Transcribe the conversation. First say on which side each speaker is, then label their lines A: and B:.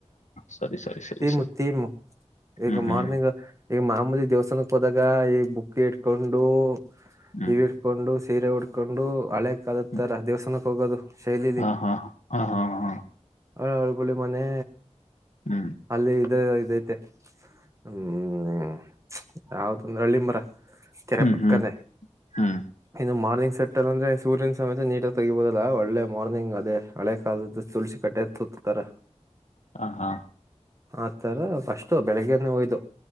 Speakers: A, on the left; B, on the right.
A: ಸರಿ ಸರಿ ಸರಿ
B: ೀಮ್
A: ಸರಿ
B: ೀಮ ಈಗ
A: ಹ್ಮ್ ಹ್ಮ್
B: ಮಾರ್ನಿಂಗ್ ಈಗ ಮಾಮೂಲಿ ದೇವಸ್ಥಾನಕ್ಕೆ ಹೋದಾಗ ಈ ಬು ಕ ಇಟ್ಕೊಂಡು
A: ಹ್ಮ್
B: ಇ ಕೊಂಡು ಸೀರೆ ಉಡ್ಕೊಂಡು ಹಳೆ ಕಾಲತ್ತಾರ
A: ಹ್ಮ್
B: ದೇವಸ್ಥಾನಕ್ಕೆ ಹೋಗೋದು ಶೈಲಿಲಿ
A: ಹಾ ಹಾ ಹಾ ಹಾ ಹಾ
B: ಹಳ ಹಳಗಳಿ ಮನೆ
A: ಹ್ಮ್
B: ಅಲ್ಲಿ ಇ ಇದೈತೆ ಹ್ಮ್ ಯಾವ್ದಂದ್ರ ಹಳ್ಳಿ ಮರ ಕೆರೆ
A: ಹ್ಮ್
B: ಪಕ್ಕದ
A: ಹ್ಮ್ ಹ್ಮ್
B: ಇನ್ನು ಮಾರ್ನಿಂಗ್ ಸಟ್ ಅಂದ್ರೊ್ಯನ ಸಮಸೆ ನೀಟ ಆ ತೆಗಬಹುದಲ್ಲ ಒಳ್ಳೆ ಮಾರ್ನಿಂಗ್ ಅದೇ ಹಳೆ ಕಾಲದ ತುಳಸಿ ಕಟ್ಟತ್ ಹತ ತರ
A: ಹ ಹಾ
B: ಆತರ ಫಸ್ಟ್ು ಬೆಳಗ್ನೆ ಹೋಯ್ದು